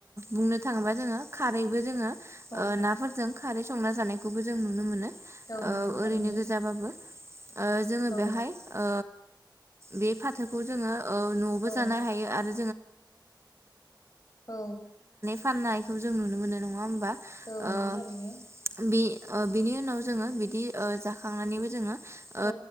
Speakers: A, on the right (about 35°); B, on the left (about 45°).
A: बुंनो थाङोबा जोङो खारैबोओ जोङो
B: औ
A: ओ नाफोरजों खारै संना जानायखौबो जों नुनो मोनो
B: औ
A: ओ
B: नंगौ
A: ओरैनो
B: थारैनो
A: गोजाबाबो ओ जोङो
B: औ
A: बेहाय ओ बि फाथोखौ जोङो ओ नआवबो
B: औ
A: जानो हायो आरो
B: औ
A: फाननायखौ जों नुनो मोनो नङा होमबा
B: औ
A: ओ
B: नंगौथारैनो
A: बे ओ बिनि उनाव जोङो बिदिओ जाखांनानैबो जोङो ओ
B: औ